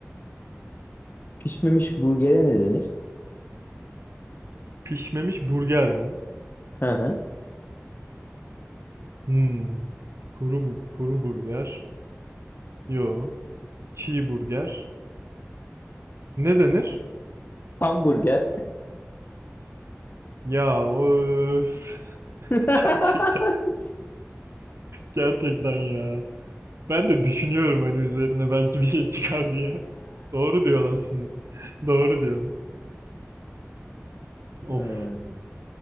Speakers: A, on the left (about 45°); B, on the right (about 70°).
A: Pişmemiş burgere ne denir?
B: Pişmemiş burger mi?
A: Hı hı.
B: Hmm. Kuru bu kuru burger. Yo. Çiğ burger. Ne denir?
A: Hamburger.
B: Ya öf. <laughs>
A: <laughs>
B: Gerçekten. Gerçekten ya. Ben de düşünüyorum hani üzerine belki bir şey çıkar diye. Doğru diyorsun aslında. Doğru diyorsun.
A: Ee,
B: Of.